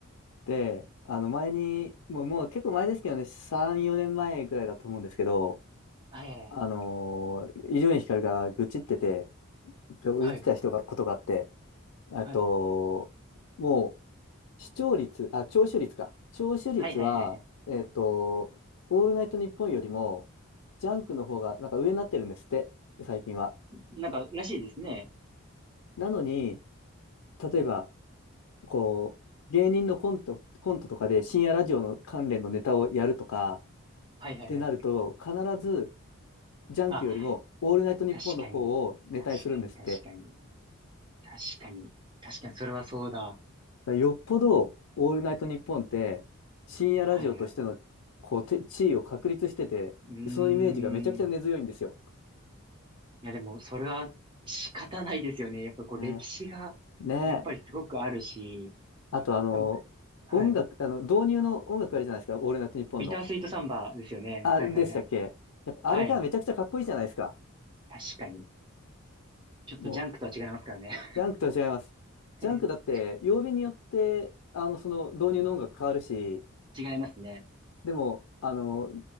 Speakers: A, on the left; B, on the right.
A: で、あの、前に、もう、もう結構前ですけどね、3、4年前ぐらいだと思うんですけど、
B: はいはい
A: あの、伊集院光が愚痴ってて、今日言ってた人が、
B: はい。
A: ことがあって、あと、
B: はい。
A: もう、視聴率、あ、聴取率か。聴取率は、
B: はい。はいはいはいはい。
A: えっと、オールナイトニッポンよりも、ジャンクの方が、なんか上になってるんですって、最近は。
B: なんか、らしいですね。
A: なのに、例えば、こう、芸人のコント、コントとかで深夜ラジオの関連のネタをやるとか
B: はいはいはい。
A: ってなると、必ず、ジャンクよりも、
B: あ、
A: オールナイトニッポンの方をネタにするんですって。
B: 確かに。確かに、確かに。確かに。確かに、それはそうだ。
A: だからよっぽど、オールナイトニッポンって、深夜ラジオとしての、
B: はいはい。
A: こう、て地位を確立してて、
B: うーん。
A: そのイメージがめちゃくちゃ根強いんですよ。
B: いや、でも、それは仕方ないですよね。やっぱりこう、
A: ね。
B: 歴史が、
A: ねえ。
B: やっぱりすごくあるし。
A: あと、あの、
B: でも、はい。
A: 音楽、あの、導入の音楽あるじゃないですか、オールナイトニッポンの。
B: ビタースイートサンバですよね。
A: あ、
B: はいはいはい。
A: でしたっけやっぱ、あれがめちゃくちゃかっこいいじゃないですか。
B: はい。確かに。ちょっとジャンクとは違いますからね。
A: もう、ジャンクとは違います。
B: <laughs>
A: ジャンクだって、曜日によって、あの、その導入の音楽変わるし、
B: 違いますね。
A: でも、あの、